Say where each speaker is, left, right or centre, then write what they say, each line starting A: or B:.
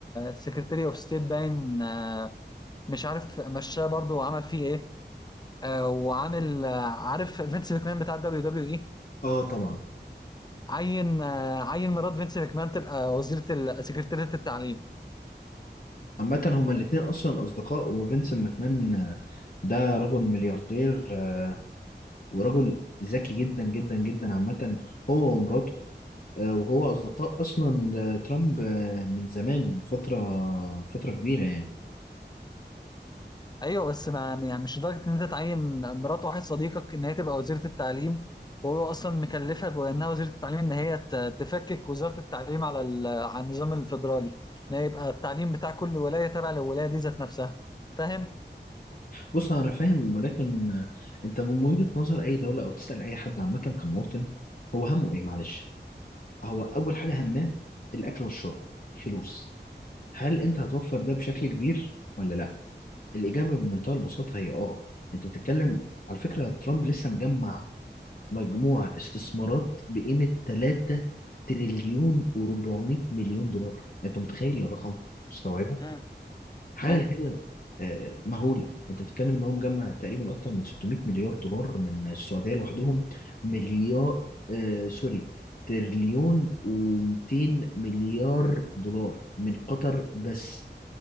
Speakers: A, on the left (about 25°); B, on the left (about 50°).
A: سكرتيري اوف ستيت باين آه، مش عارف مشاه برضه وعمل فيه ايه آه، وعامل آه، عارف فينس ماكمان بتاع الدبليو دبليو اي
B: اه طبعا
A: عين آه، عين مرات فينس ماكمان تبقى وزيرة ال- سكرتيرية التعليم
B: عامة هما الاتنين أصلا أصدقاء وفينسنت ماكمان آه، ده رجل ملياردير آه، ورجل ذكي جدا جدا جدا عامة هو ومراته آه، وهو أصدقاء أصلا لترامب آه، من زمان من فترة من فترة كبيرة يعني
A: ايوه بس ما يعني مش لدرجة ان انت تعين مرات واحد صديقك ان هي تبقى وزيرة التعليم وهو اصلا مكلفها بانها وزيرة التعليم ان هي ت- تفكك وزارة التعليم على ال- على النظام الفيدرالي ان هي يبقى التعليم بتاع كل ولاية تابع للولاية دي ذات نفسها فاهم
B: بص أنا فاهم ولكن آه، أنت من وجهة نظر أي دولة أو تسأل أي حد عامة كمواطن هو همه إيه معلش هو أول حاجة هماه الأكل والشرب فلوس هل أنت هتوفر ده بشكل كبير ولا لأ؟ الإجابة بمنتهى البساطة هي آه أنت بتتكلم على فكرة ترامب لسه مجمع مجموعة استثمارات بقيمة 3 تريليون و400 مليون دولار أنت متخيل الرقم مستوعبه
A: امم
B: حاجة
A: ايوه
B: كده آه، مهولة أنت بتتكلم إن هو مجمع تقريبا أكتر من 600 مليار دولار من السعودية لوحدهم مليار آه سوري تريليون و200 مليار دولار من قطر بس